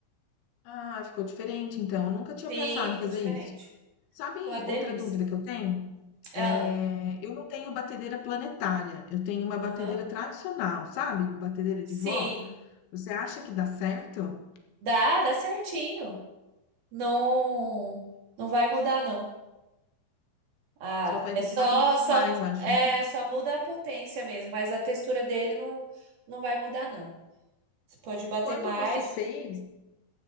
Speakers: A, on the left; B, on the right.
A: Ah, ficou diferente, então. Eu nunca tinha
B: Sim,
A: pensado
B: fica
A: em fazer
B: diferente.
A: isso. Sabe
B: Ficou uma delícia.
A: outra dúvida que eu tenho?
B: Ah,
A: É, eu não tenho batedeira planetária, eu tenho uma batedeira
B: aham.
A: tradicional, sabe? Batedeira
B: Sim.
A: de vó. Você acha que dá certo?
B: Dá, dá certinho. Não, não vai mudar, não. Ah,
A: Só vai
B: é
A: ter
B: só,
A: que bater um pouco
B: só,
A: mais, acho,
B: é
A: né?
B: só muda a potência mesmo, mas a textura dele não, não vai mudar, não. Você pode bater
A: Quando
B: mais.
A: você fez,